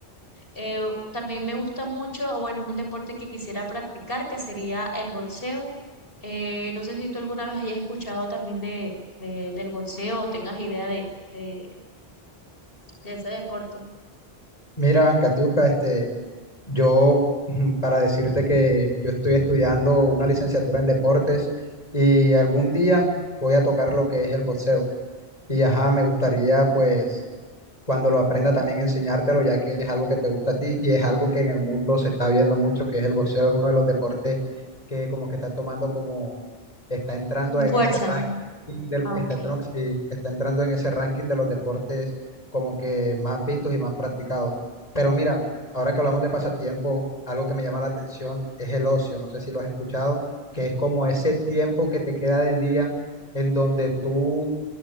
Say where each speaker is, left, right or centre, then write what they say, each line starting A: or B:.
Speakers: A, on the left (about 65°); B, on the left (about 40°).
A: Eh, también me gusta mucho, o bueno, es un deporte que quisiera practicar, que sería el boxeo. Eh, no sé si tú alguna vez hayas escuchado también de, de- del boxeo o tengas idea de, de, de ese deporte.
B: Mira, Katiuska, este, yo, <laughs> para decirte que yo estoy estudiando una licenciatura en deportes y algún día voy a tocar lo que es el boxeo. Y ajá, me gustaría pues cuando lo aprenda también enseñártelo, ya que es algo que te gusta a ti y es algo que en el mundo se está viendo mucho, que es el boxeo, es uno de los deportes que como que está tomando como, está entrando
A: Mm,
B: en
A: Fuerza.
B: ese ranking del,
A: Ah,
B: está,
A: ok.
B: tro- sí, está entrando en ese ranking de los deportes como que más vistos y más practicados. Pero mira, ahora que hablamos de pasatiempo, algo que me llama la atención es el ocio, no sé si lo has escuchado, que es como ese tiempo que te queda del día en donde tú